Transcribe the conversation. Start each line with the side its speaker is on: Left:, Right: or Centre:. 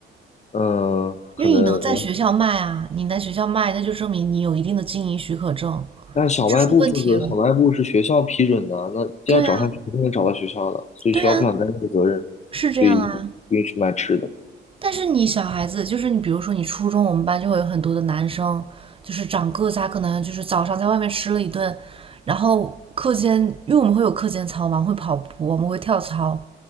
Left: 嗯，可能，
Right: 因为你能在学校卖啊，你在学校卖，那就证明你有一定的经营许可证，
Left: 但小卖部负责，
Right: 你这出问题了。
Left: 小卖部是学校批准的啊，那要找上去肯定能找到学校的，
Right: 对啊，
Left: 所以学校不想担这个责任，
Right: 对啊，是这样啊。
Left: 所以不允许卖吃的。
Right: 但是你小孩子，就是你，比如说你初中，我们班就会有很多的男生，就是长个子啊，他可能就是早上在外面吃了一顿，然后课间，因为我们会有课间操嘛，会跑步，我们会跳操，